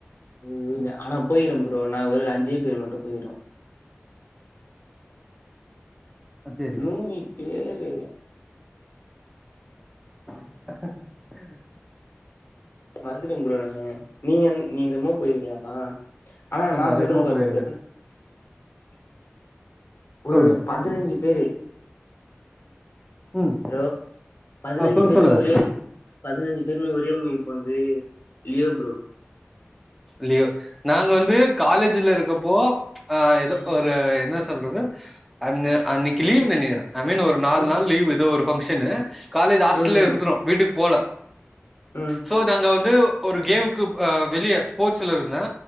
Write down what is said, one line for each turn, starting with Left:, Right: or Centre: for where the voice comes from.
Left: ஐயயோ ஆனா போயிக்கர ப்ரோ நா ஒரு அஞ்சே பேரு மட்டு போயிடுவோ
Centre: ஆ சேரி
Left: நூவி பேரு
Centre: <inaudible>
Left: மறந்துட்டே ப்ரோ நானு நீங்க நீங்க ரெமோ போயிருக்லா ஆ ஆனா
Centre: ஆமா
Left: நா சொல்ற
Centre: ரெமோ
Left: பாரு
Centre: போயிருக்கு
Left: ப்ரோ ஒரு
Centre: சொல்லுங்க
Left: பதினஞ்சுபேரு
Centre: ம்
Left: ஹலோ பதினஞ்சிபேருமே
Centre: ஆ சொல்லுங்க சொல்லுங்க
Left: ஒரே பதினஞ்சு பேருமே ஒரே மாரி போன்து லியோ ப்ரோ
Centre: லியோ நாங்க வந்து காலேஜ்ல இருக்கப்போ ஆ ஏதோ
Left: ம்.
Centre: ஒரு என்னா சொல்றது அன் அன்னைக்கு லீவ் நெனைக்கிறே ஐ மின் ஒரு நாலு
Left: ம்.
Centre: நாள் லீவு ஏதோ ஒரு ஃபங்க்ஷன்னு காலேஜ்ஜு ஹாஸ்டல்ல
Left: ம். ம்.
Centre: இருந்துரூ வீட்டுக் போல
Left: ம்
Centre: சோ நாங்க வந்து ஒரு கேம்க்கு ஆ வெளியே ஸ்போர்ட்ஸ்லருந்தே